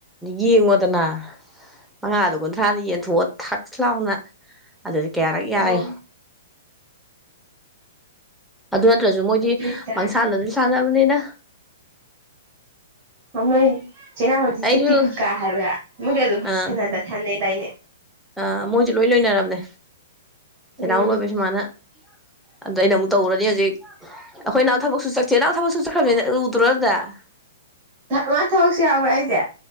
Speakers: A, in the centre; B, on the right.
A: ꯌꯦꯡꯉꯣꯗꯅ ꯃꯉꯥꯗꯣ ꯀꯨꯟꯊ꯭ꯔꯥꯗ ꯌꯦꯟꯊꯣꯛꯑ ꯊꯛꯁ ꯂꯥꯎꯅ ꯑꯗꯨꯗꯤ ꯀꯌꯥꯔꯛ
B: ꯑꯣ
A: ꯌꯥꯏ ꯑꯗꯨ ꯅꯠꯇ꯭ꯔꯁꯨ ꯃꯣꯏꯗꯤ
B: ꯑꯗꯨ ꯑꯣꯏꯇꯥꯔꯗꯤ
A: ꯃꯪꯁꯥꯟꯅ ꯑꯗꯨꯁꯨ ꯁꯥꯟꯅꯕꯅꯤꯅ
B: ꯑꯃꯃꯥꯏ ꯆꯦꯅꯥꯎꯖꯤ
A: ꯑꯩꯁꯨ
B: ꯆꯦꯇꯤ ꯄꯤꯀꯥ ꯍꯥꯏꯕ꯭ꯔꯥ ꯃ ꯑꯗꯨꯝ
A: ꯑꯥ
B: ꯁꯥꯟꯅꯗ ꯁꯥꯟꯅꯩꯗꯥꯏꯅꯦ
A: ꯑꯥ ꯃꯣꯏꯁꯨ ꯂꯣꯏ ꯂꯣꯏꯅꯝꯅꯦ ꯁꯅꯥꯥꯎꯎ
B: ꯎꯝ
A: ꯂꯣꯏꯕꯁꯨꯨ ꯃꯥꯅ ꯑꯗ ꯑꯩꯅ ꯑꯃꯨꯛ ꯇꯧꯔꯅꯤ ꯍꯧꯖꯤꯛ ꯑꯩꯈꯣꯏ ꯅꯅꯥꯥꯟꯎ ꯊꯕꯛꯁꯨ ꯆꯠꯁꯦ ꯅꯅꯥꯍꯎ ꯊꯕꯛꯁꯨ ꯆꯠꯈ꯭ꯔꯕꯅꯤꯅ ꯎꯗ꯭ꯔꯣꯗ <unintelligible>
B: ꯉꯥ ꯊꯕꯛꯁꯨ ꯌꯥꯎꯕ꯭ꯔꯥ ꯑꯩꯁꯦ